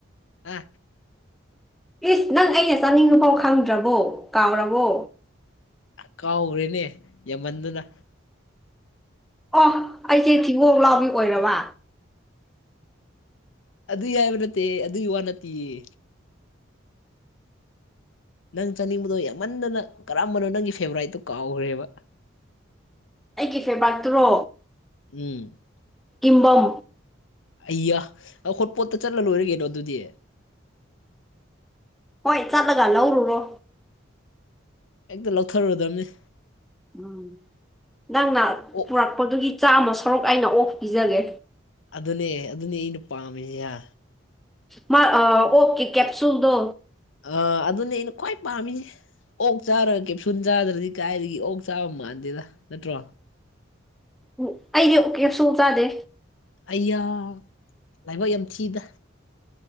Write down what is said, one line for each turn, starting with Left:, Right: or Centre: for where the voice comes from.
Left: ꯍꯥ
Centre: ꯄ꯭ꯂꯤꯁ ꯅꯪ ꯑꯩꯅ ꯆꯥꯅꯤꯡꯉꯐꯥꯎ ꯈꯪꯗ꯭ꯔꯕꯣ ꯀꯥꯎꯔꯕꯣ
Left: ꯀꯥꯎꯈ꯭ꯔꯦꯅꯦ ꯌꯥꯝꯃꯟꯗꯨꯅ
Centre: ꯑꯣ ꯑꯩꯁꯦ ꯊꯤꯒꯣꯛ ꯂꯥꯎꯕꯤ ꯑꯣꯏꯔꯕ
Left: ꯑꯗꯨ ꯌꯥꯏꯕ ꯅꯠꯇꯦ ꯑꯗꯨꯒꯤ ꯋꯥ ꯅꯠꯇꯦꯌꯦ ꯅꯪ ꯆꯥꯅꯤꯡꯕꯗꯣ ꯌꯥꯝꯃꯟꯗꯅ ꯀꯔꯝꯕꯅꯣ ꯅꯪꯒꯤ ꯐꯦꯚꯣꯔꯥꯏꯠꯇꯣ ꯀꯥꯎꯈ꯭ꯔꯦꯕ
Centre: ꯑꯩꯒꯤ ꯐꯦꯕꯔꯥꯛꯇꯨꯔꯣ
Left: ꯎꯝ
Centre: ꯀꯝꯕꯝ
Left: ꯑꯩꯌꯥ ꯑꯩ ꯍꯣꯠꯄꯣꯠꯇ ꯆꯠꯂ ꯂꯣꯏꯔꯒꯦꯅꯣ ꯑꯗꯨꯗꯤ
Centre: ꯍꯣꯏ ꯆꯠꯂꯒ ꯂꯧꯔꯨꯔꯣ
Left: ꯍꯦꯛꯇ ꯂꯧꯊꯔꯨꯗꯕꯅꯤ
Centre: ꯎꯝ ꯅꯪꯅ
Left: ꯑꯣꯛ
Centre: ꯄꯨꯔꯛꯄꯗꯨꯒꯤ ꯆꯥꯃ ꯁꯔꯨꯛ ꯑꯩꯅ ꯑꯣꯐ ꯄꯤꯖꯒꯦ
Left: ꯑꯗꯨꯅꯦ ꯑꯗꯨꯅꯦ ꯑꯩꯅ ꯄꯥꯝꯃꯤꯍ
Centre: ꯃꯥ ꯑꯣꯀꯦ ꯀꯦꯞꯁꯨꯜꯗꯣ
Left: ꯑꯥ ꯑꯗꯨꯅꯦ ꯑꯩꯅ ꯈ꯭ꯋꯥꯏ ꯄꯥꯝꯃꯤꯁꯦ ꯑꯣꯛ ꯆꯥꯔꯒ ꯀꯦꯞꯁꯨꯟ ꯆꯥꯗ꯭ꯔꯗꯤ ꯀꯥꯏꯗꯒꯤ ꯑꯣꯛ ꯆꯥꯕ ꯃꯥꯟꯗꯦꯗ ꯅꯠꯇ꯭ꯔꯣ
Centre: ꯎ ꯑꯩꯗꯤ ꯎꯀꯤ ꯁꯨꯡ ꯆꯥꯗꯦ
Left: ꯑꯩꯌꯥ ꯂꯥꯏꯕꯥꯛ ꯌꯥꯝ ꯊꯤꯗ